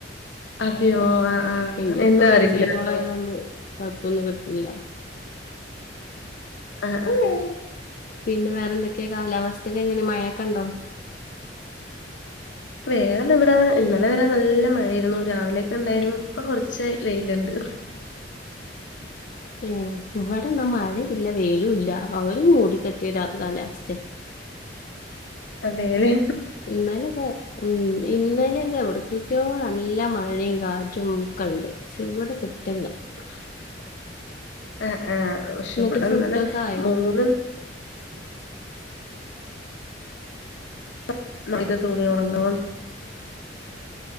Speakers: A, on the left (about 75°); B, on the left (about 50°).
A: അതെയോ ആ ആ
B: എന്റെപ്പ
A: എന്താ
B: വൈ
A: അറിയില്ലട്ടോ
B: ഫൈ കോളായതോണ്ട് കൊയപ്പ് ഒന്നും കിട്ടില്ല.
A: അഹ ആഹ്
B: പിന്നെ വേറെന്തൊക്കെയാ കാലാവസ്ഥയക്കെ എങ്ങനെ മഴയൊക്കെ ണ്ടോ.
A: വേറെന്ത് ഇവിടെ ഇന്നലെ വരെ നല്ല മഴയായിരുന്നു. രാവിലെയൊക്കെ ണ്ടായിരുന്നു. ഇപ്പൊ കുറച്ച് വെയിലിണ്ട്. <unintelligible>
B: ഏ ഇവിടെന്നാ മഴയില്ല വെയിലുലാ അവര് മൂടിക്കട്ടി രാത് കാലാവസ്ഥയാ
A: അതെല്ലേ.
B: ഇന്നാലും ഉം ഇന്നലെക്കെ എവിടുന്നക്കെയോ നല്ല മഴീം കാറ്റും ഒക്കണ്ട് ച്ചോ ഇവിടെ കിട്ടില്ല.
A: <unintelligible>
B: എന്നിട്ട് ഫുഡൊക്കെ ആയോ?
A: ന <unintelligible>